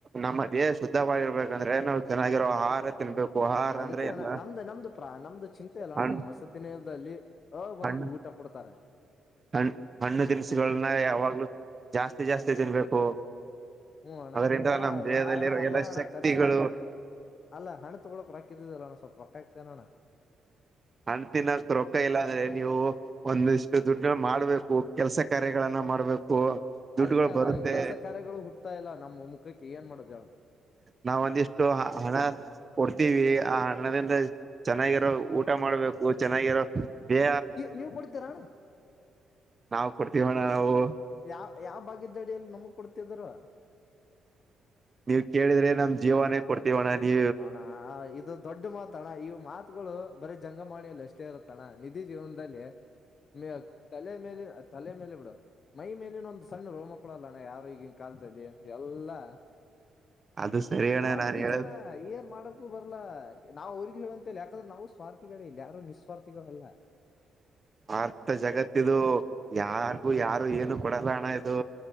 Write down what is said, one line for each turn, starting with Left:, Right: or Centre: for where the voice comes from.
Right: ನಮ್ಮ ದೇಹ ಶುದ್ಧವಾಗಿರ್ಬೇಕಂದ್ರೆ ನಾವು ಚೆನ್ನಾಗಿರೋ ಆಹಾರ ತಿನ್ಬೇಕು. ಆಹಾರ
Left: ಅದಕ್ಕೆ
Right: ಅಂದ್ರೆ
Left: ಅಣ್ಣ
Right: ಎಲ್ಲ
Left: ನಮ್ದು ನಮ್ದು ಪ್ರಾ ನಮ್ದು ಚಿಂತೆ ಅಲ್ಲ
Right: ಹಣ್
Left: ಅಣ್ಣ ನಮ್ಮ್ ವಸತೀ ನಿಲಯದಲ್ಲಿ ಆ
Right: ಹಣ್ಣು
Left: ಒಂದು ಊಟ ಕೊಡ್ತಾರೆ.
Right: ಹಣ್ ಹಣ್ಣು ತಿನಸುಗಳನ್ನ ಯಾವಾಗ್ಲುೂ ಜಾಸ್ತಿ ಜಾಸ್ತಿ ತಿನ್ಬೇಕು.
Left: ಹ್ಮ ಅಣ್ಣ
Right: ಅದರಿಂದ
Left: ಅಣ್ಣ
Right: ನಮ್
Left: ಅ
Right: ದೇಹದಲ್ಲಿರೋ
Left: ಅಣ ಅದೇ
Right: ಎಲ್ಲ
Left: ಅಣ್ಣ
Right: ಶಕ್ತಿಗಳು
Left: ಖರ್ಚಿಗೆ ಅಲ್ಲ ಹಣ್ಣ ತಗೊಕಕ್ ರೊಕ್ಕಿದ ಅಲ್ಲಣ್ಣ ಸ್ವಲ್ಪ ಹೊಟ್ಟೆ ತಿನ್ನೋಣ.
Right: ಹಣ್ಣು ತಿನ್ನಕ್ ರೊಕ್ಕ ಇಲ್ಲ ಅಂದ್ರೆ ನೀವು ಒಂದಿಷ್ಟು ದುಡ್ಡು ಮಾಡ್ಬೇಕು ಕೆಲ್ಸ ಕಾರ್ಯಗಳನ್ನ ಮಾಡ್ಬೇಕು ದುಡ್ಡುಗಳು
Left: ಅದ್ಕ್ಕೆ ಅಣ
Right: ಬರುತ್ತೆ
Left: ಕೆಲ್ಸ ಕಾರ್ಯಗಳು ಹುಡ್ತಾ ಇಲ್ಲ ನಮ್ಮ್ ಮುಖಕ್ಕೆ ಏನ್ ಮಾಡುದ ಎಳು
Right: ನಾವ ಒಂದಿಷ್ಟು ಹಣ ಕೊಡ್ತೀವಿ ಆ ಹಣದಿಂದ ಚೆನ್ನಾಗಿರೋ ಊಟ ಮಾಡ್ಬೇಕು ಚೆನ್ನಾಗಿರೋ ಬೇ
Left: ನೀವು್ ಕೊಡ್ತೀರಾ.
Right: ನಾವು ಕೊಡ್ತೀವಣ್ಣ ನಾವು
Left: ಯಾವ ಯಾವ ಬಾಗಿದ್ದಡಿಯಲ್ಲಿ ನಮ್ಗ್ ಕೊಡ್ತಿದರು.
Right: ನೀವ ಕೇಳಿದ್ರೆ ನಮ್ ಜೀವನೇ ಕೊಡ್ತೀ. ಜೀವನವಾಗಲಿ
Left: ಹಣ ಇದು ದೊಡ್ಡ ಮಾತ್ ತಣ ಈವು ಮಾತುಗಳು ಬರೀ ಜಂಗಮಾಣಿಯಲ್ಲಿ ಎಷ್ಟೇ ಇರುತ್ತಣ ನಿಜ ಜೀವನದಲ್ಲಿ ಮ ತಲೆ ಮೇಲೆ ತಲೆ ಮೇಲೆ ಬಿಡ ಮೈ ಮೇಲಿನೊಂದು್ ಸಣ್ಣ ರೋಮ ಕೊಡಲ್ಲಣ್ಣ ಯಾರು ಈಗಿನ ಕಾಲದಲ್ಲಿ ಎಲ್ಲಾ
Right: ಅದು ಸರಿ ಅಣ್ಣ
Left: ಸ್ವಾರ್ಥಿ
Right: ನಾನ್ ಹೇಳದು
Left: ಜನ ಏನ್ ಮಾಡಕು ಬರ್ಲ್ಲಾ ನಾವ್ ಅವ್ರಿಗೆ ಊರಿಗೆ ಯಾಕಂದ್ರೆ ನಾವು ಸ್ವಾರ್ಥಿಗಳೇ ಇಲ್ಲಿ ಯಾರು ನಿಸ್ವಾರ್ಥಿಗಳಲ್ಲ.
Right: ಅರ್ಥ ಜಗತ್ತಿದು ಯಾರ್ಗೂ ಯಾರು ಏನು ಕೊಡಲ್ಲ ಅಣ ಇದು